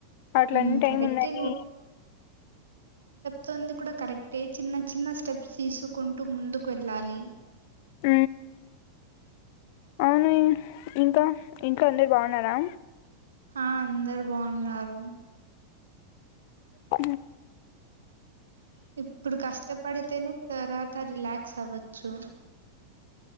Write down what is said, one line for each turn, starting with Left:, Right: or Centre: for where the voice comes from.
Left: అట్ల
Right: హ్మ్.
Left: అన్ని టైం
Right: కరెక్టే
Left: ఉందని
Right: సంది కూడా కరెక్టే చిన్న చిన్న స్టెప్ తీసుకుంటూ ముందుకు వెళ్ళాలి
Left: హ అవును ఇంకా ఇంకా అందరు బాగున్నారా
Right: ఆ అందరు బాగున్నారు
Left: ఉ
Right: ఇప్పుడు కష్టపడితేనే తర్వాత రిలాక్స్ అవ్వచ్చు